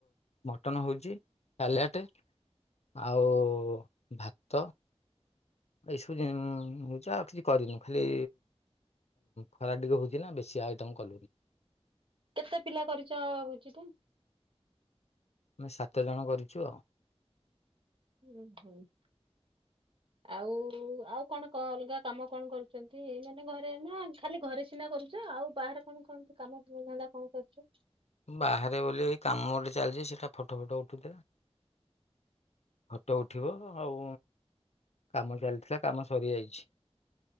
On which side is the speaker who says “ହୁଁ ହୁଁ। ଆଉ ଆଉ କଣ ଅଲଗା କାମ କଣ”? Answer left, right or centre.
Right